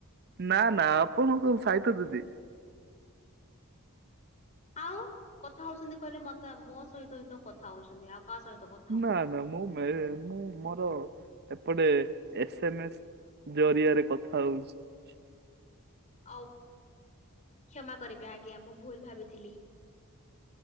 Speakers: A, on the right; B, on the left.
A: ନା ନା ଆପଣ କଣ ସାହିତ୍ୟ ଦିଦି
B: ଆଉ କଥା ହଉଛନ୍ତି କହିଲେ ମତେ ମୋ ସହିତ ହିତ କଥା ହଉଛନ୍ତି ଆଉ କାହା ସହିତ କଥା ହଉଛନ୍ତି
A: ନା ନା ମୁଁ ମେ ମୁଁ ମୋର ସେପଟେ ଏସ ଏମ ଏସ୍ ଜରିଆରେ କଥା ହଉଛି।
B: ଅଉ କ୍ଷମା କରିବେ ଆଜ୍ଞା ମୁଁ ଭୁଲ ଭାବିଥିଲି।